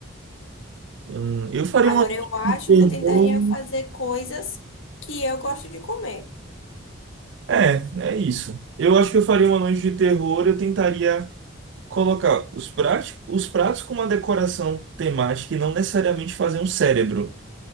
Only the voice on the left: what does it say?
Agora,
eu acho
que eu tentaria fazer coisas que eu gosto de comer.